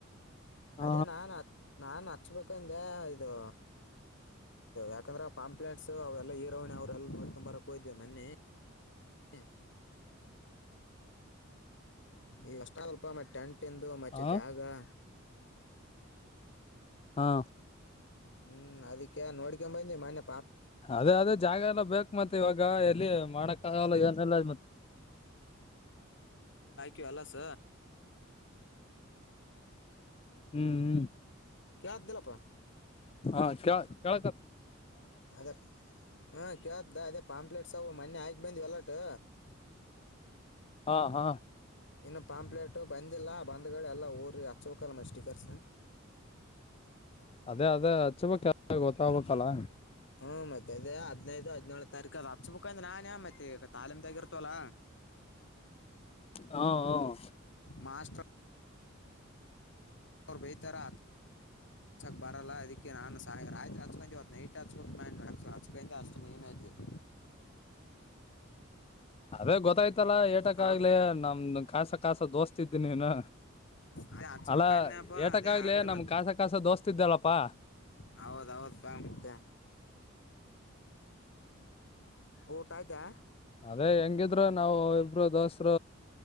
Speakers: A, on the left; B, on the left.
A: ಹ
B: ಅದೇ ನಾು ಹತ್ ನಾು ಹಚ್ಬೇಕುಿಂದೆ ಇದು ಯಾಕಂದ್ರ ಆ ಪಂಪ್ಲೇಟ್ಸ್ ಅವೆಲ್ಲಾ ಈರೋಣಿ ಅವ್ರಲ್ಲಾ ನೋಡ್ಕೊಂಡ್ ಬರಕ್ ಹೋಯ್ದೇವಿ ಮೊನ್ನಿ ಹ್ಮ ಈಷ್ಟಾಗಲ್ಪ ಮತ್ತೆ ಟೆಂಟಂದು ಮತ್ತೆ
A: ಹಾ
B: ಜಾಗ <inaudible>
A: ಹಾ
B: ಹ್ಮ್ ಅದಕ್ಕೆ ನೋಡ್ಕೊ ಬಂದಿ ಮನ್ಯ
A: ಅದೇ ಅದೇ ಜಾಗ ಎಲ್ಲ ಬೇಕ್ ಮತ್ತೆ ಇವಾಗ ಎಲ್ಲಿ ಮಾಡಕ್ಕಾಗಲ್ಲ ಏನಿಲ್ಲ ಮತ್ತ
B: ಕೆಲಸ
A: ಹ್ಮ್ ಹ್ಮ್
B: ಕ <unintelligible> ಲಪ್ಪ
A: ಹಾ ಕೆ ಕೆಳಕತಿ
B: ಅದೇ ಹಾ ಕೇಳ್ದ ಅದೇ ಪಾಂಪ್ಲೆಟ್ಸ್ವು ಮೊನ್ನೇ ಹಾಕಿ ಬಂದ್ ಎಲ್ಲ ಟ
A: ಹಾ ಹಾ
B: ಇನ್ನು ಪಾಂಪ್ಲೇಟ್ ಬಂದಿಲ್ಲ ಬಂದ್ಗಡೆ ಎಲ್ಲ ಊರಿ ಹಚ್ಬೇಕಲ್ಲಮ್ಮ ಸ್ಟೀಕರ್ಸ್
A: <inaudible> ಅದೇ ಅದೇ ಹಚ್ಚಬೇಕ್ ಗೊತ್ತಾಗ್ಬೇಕಲ್ಲ
B: ಹ್ಮ್ ಮತ್ತೆ ಅದೇ ಹದಿನೈದು ಹದಿನೇಳು ತಾರೀಕ ಅಲ್ಲಿ ಹಚ್ಬೇಕುಂದೆ ನಾನನ್ಯ ಮತ್ತೆ ಈಗ ತಾಲಿಮ್ದಾಗಿ ಇರ್ತಲ್ಲಾ
A: <inaudible> ಹ ಹ
B: ಮಾಸ್ಟರ್ ಅವ್ರು ಬೈತಾರಾ ಹಚ್ಚಕ್ಕೆ ಬರಲ್ಲ ಅದಕ್ಕೆ ನಾನ್ ರಾತ್ರಿ ಹಚ್ಕೊಂಡೆ ಇವತ್ ನೈಟ್ ಹಚ್ಬೇಕು ಹಚ್ಕೊಂಡ್ ಅಷ್ಟು ಏನ ಇದು <inaudible>
A: <inaudible> ಅದೇ ಗೊತ್ತಾಯ್ತು ಆಯ್ತಲಾ ಏಟಕ್
B: ಅಲ್ವಾ
A: ಆಗ್ಲಿ ನಮ್ದ ಕಾಸ ಕಾಸ ದೋಸ್ತ ಇದ ನೀನು
B: ಅದೇ ಹಚ್ಬೇಕನ್ನಪ್ಪ
A: ಅಲ್ಲಾ ಏಟಕ್ಕ
B: ಅದೇ
A: ಆಗ್ಲೆ
B: ಆಗ್ಲಿಲ್ಲ
A: ನಮ್ ಕಸ ಕಾಸ ದೋಸ್ತ ಇದ್ದಲ್ಲಪ್ಪಾ
B: ಹೌದ ಹೌದ ಬ ಮತ್ಯ <inaudible> ಊಟ ಆಯ್ತಾ
A: ಅದೇ ಹೆಂಗಿದ್ರ ನಾವು ಇಬ್ರು ದೋಸ್ತ